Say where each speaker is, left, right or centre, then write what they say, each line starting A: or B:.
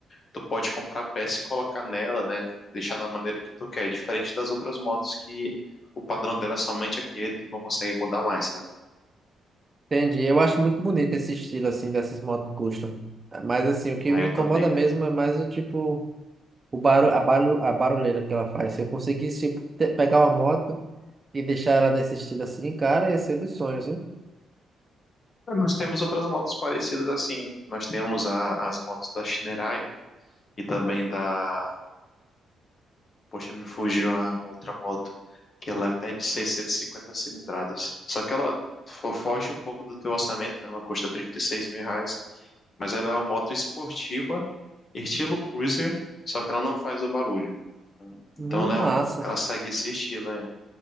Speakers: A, on the left; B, on the right.
A: Tu pode comprar peça e colocar nela, né? Deixar da maneira que tu quer, diferente das outras motos que o padrão dela é somente aquele, tu não consegue mudar mais, sabe?
B: Entendi. Eu acho muito bonito esse estilo, assim, dessas motos custom. Mas, assim, o que
A: Ah,
B: me
A: eu
B: incomoda
A: também, cara.
B: mesmo é mais o tipo, o barulho, a, barulho, a barulheira que ela faz. Se eu conseguisse, tipo, te- pegar uma moto e deixar ela nesse estilo assim, cara, ia ser dos sonhos, hein?
A: Mas nós temos outras motos parecidas assim. Nós temos a- as motos da Shinerai e também da Poxa, me fugiu a outra moto, que ela é até de 650 cilindradas. Só que ela fo- foge um pouco do teu orçamento, né? Ela custa 36 mil reais, mas ela é uma moto esportiva, estilo cruiser, só que ela não faz o barulho.
B: Hum,
A: Então ela, é
B: massa.
A: um- ela segue esse estilo aí,